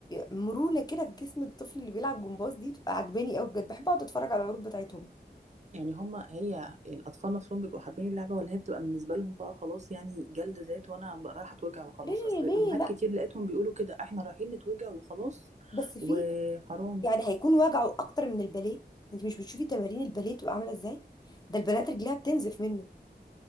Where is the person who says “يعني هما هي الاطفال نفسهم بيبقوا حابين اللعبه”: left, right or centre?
Right